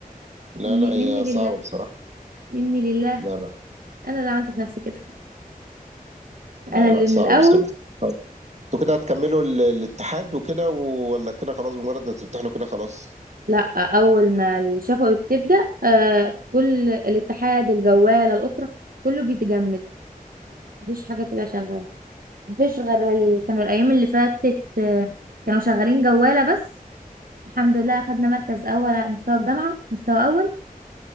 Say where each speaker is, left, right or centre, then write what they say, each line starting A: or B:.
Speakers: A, on the right (about 50°); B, on the right (about 70°).
A: لا
B: مني
A: لا
B: مني
A: هي صعبة
B: لله
A: بصراحة
B: مني لله
A: لا لا
B: انا اللي عملت في نفسي كده
A: لا
B: انا اللي
A: لا صعبة
B: من الاول
A: بصراحة طيب انتوا كده هتكملوا ال- الاتحاد وكده ولا كده خلاص بمجرد ما تمتحنوا كده خلاص
B: لا اول ما الشفوي بتبدا آه كل الاتحاد الجواله الاسره كله بيتجمد مفيش حاجه بتبقى شغاله مفيش غير ال... كانوا الايام اللي فاتت آه كانوا شغالين جواله بس الحمد لله اخدنا مركز اول على مستوى الجامعه مستوى اول